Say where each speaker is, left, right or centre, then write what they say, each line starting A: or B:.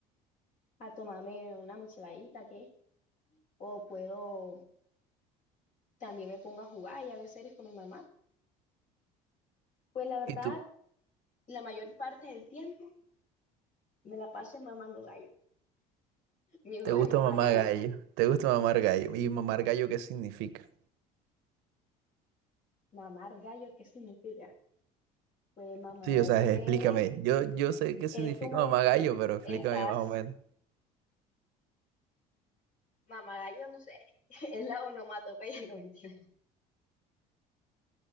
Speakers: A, on the left; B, on the right.
A: a tomarme una micheladita, ¿qué? O puedo, también me pongo a jugar y a ver series con mi mamá. Pues la verdad,
B: ¿Y tú?
A: la mayor parte del tiempo me la paso mamando gallo. Mi hobby
B: ¿Te gusta
A: es mamar
B: mamar
A: gallo.
B: gallo? ¿Te gusta mamar gallo? ¿Y mamar gallo qué significa?
A: Mamar gallo, ¿qué significa? Pues mamar
B: Sí, o sea,
A: gallo es,
B: explícame. Yo, yo sé qué significa
A: es como
B: mamar
A: es-
B: gallo, pero
A: estás,
B: explícame más o menos.
A: mamar gallo, no sé, <laughs> es la onomatopeya, <laughs> no mentira.